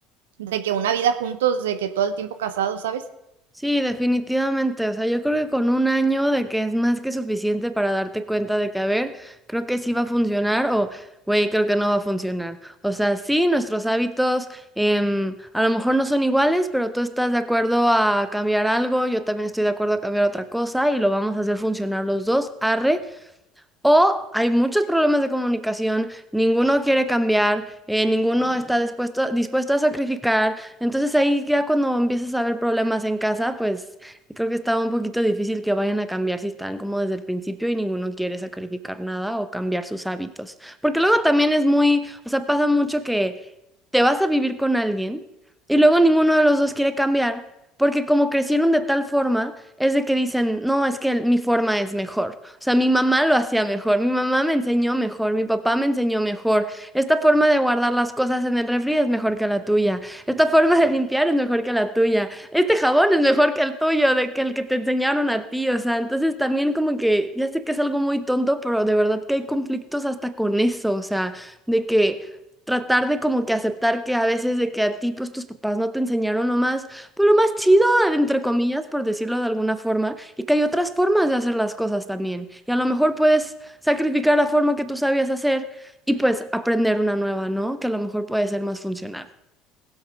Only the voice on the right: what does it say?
de que una vida juntos, de que todo el tiempo casados, ¿sabes?